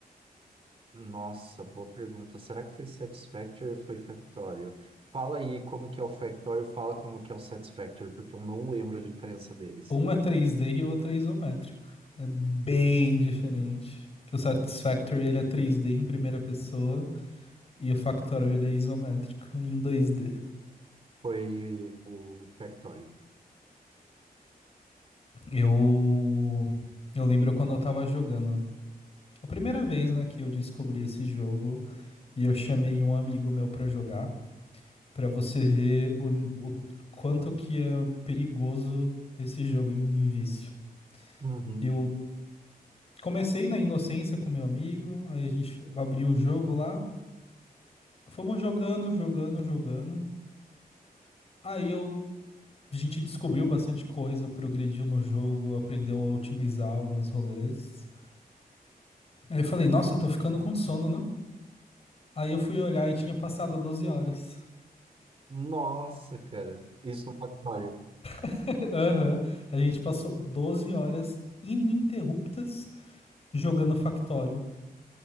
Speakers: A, on the right; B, on the left.
A: Nossa, boa pergunta. Será que foi Satisfactory ou foi Factorio? Fala aí como que é o Factorio, fala como que é o Satisfactory, porque eu não lembro a diferença deles.
B: Um é três d e o outro é isométrico. É bem diferente. Que o Satisfactory ele é três d em primeira pessoa e o Factorio ele é isométrico em dois d
A: Foi o Factorio.
B: Eu eu lembro quando eu tava jogando. A primeira vez, né, que eu descobri esse jogo e eu chamei um amigo meu pra jogar. Pra você ver o, o quanto que é perigoso esse jogo em vício.
A: Uhum.
B: Eu comecei na inocência com meu amigo, aí a gente abriu o jogo lá, fomos jogando, jogando, jogando. Aí eu, a gente descobriu bastante coisa, progrediu no jogo, aprendeu a otimizar alguns rolês. Aí eu falei, nossa, eu tô ficando com sono, né? Aí eu fui olhar e tinha passado doze horas.
A: Nossa, cara, isso no Factorio.
B: <laughs> Aham. A gente passou 12 horas ininterruptas jogando Factório.